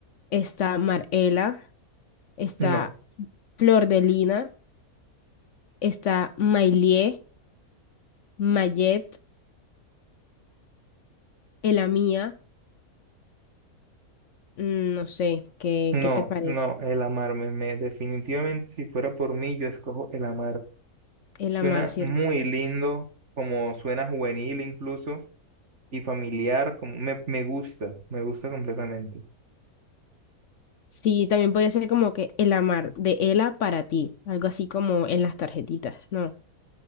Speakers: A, on the left; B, on the right.
A: está Marela, está
B: No,
A: Flor de Lina, está Mailie, Mayet, Elamía. Mm, No sé, ¿qué,
B: no,
A: qué te parece?
B: no, el amarme, me, definitivamente si fuera por mí yo escojo el amar.
A: El
B: Suena
A: amar, ¿cierto?
B: muy lindo, como suena juvenil incluso, y familiar, como me, me gusta, me gusta completamente.
A: Sí, también podría ser como que el amar de Ela para ti, algo así como en las tarjetitas, ¿no?